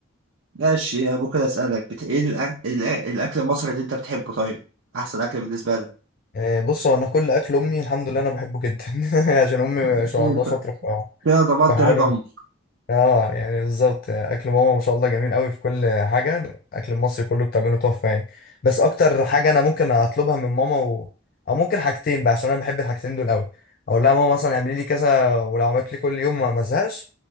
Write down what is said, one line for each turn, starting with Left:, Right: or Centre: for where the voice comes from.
Right: ماشي ممكن اسالك بت... ايه الأ- الأ- الاكل المصري اللي انت بتحبه طيب احسن اكل بالنسبه لك
Left: آه، بص هو انا كل اكل امي الحمد لله انا بحبه جدا <laughs> عشان امي
Right: <laughs>
Left: ما شاء
Right: حلو.
Left: الله شاطره في
Right: كده ضمنت
Left: في حوار
Right: رضا
Left: ال- اه يعني بالظبط آه، اكل ماما ما شاء الله جميل قوي في كل حاجه الاكل المصري كله بتعمله تحفه يعني بس اكتر حاجه انا ممكن اطلبها من ماما و... او ممكن حاجتين بقى عشان انا بحب الحاجتين دول قوي اقول لها ماما مثلا اعملي لي كذا ولو عملت لي كل يوم ما ما ازهقش